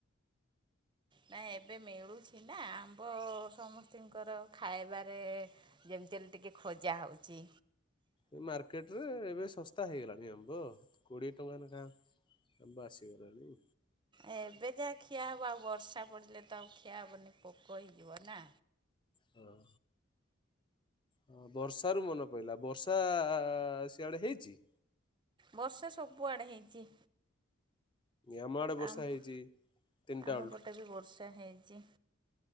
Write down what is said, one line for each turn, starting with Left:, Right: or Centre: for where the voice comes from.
Right: ନାଇ ଏବେ ମିଳୁଛି ନା ଆମ୍ବ ସମସ୍ତଙ୍କର ଖାଇବାରେ ଯେମ ଡେଲ ଟିକି ଖୋଜା ହେଉଚି।
Left: ଏ ମାର୍କେଟ ରେ ଏବେ ଶସ୍ତା ହେଇଗଲାଣି ଆମ୍ବ କୋଡିଏ ଟଙ୍କା ନେଖା ଆମ୍ବ ଆସ ହେଇଗଲାଣି।
Right: ଏବେ ଯାହା ଖିଆ ହେବ ଆଉ ବର୍ଷା ପଡ଼ିଲେ ତ ଆଉ ଖିଆ ହେବନି ପୋକ ହେଇଯିବ ନା।
Left: ହଁ। ହ ବର୍ଷା ରୁ ମନେ ପଇଲା ବର୍ଷା ସିଆଡ଼େ ହେଇଚି?
Right: ବର୍ଷା ସବୁଆଡେ ହେଇଚି।
Left: ଆମ ଆଡେ ବର୍ଷା
Right: ଆମ
Left: ହେଇଛି ତିନିଟା
Right: ଆମ
Left: ବେଳଠୁ
Right: ପଟେ ବି ବର୍ଷା ହେଇଚି।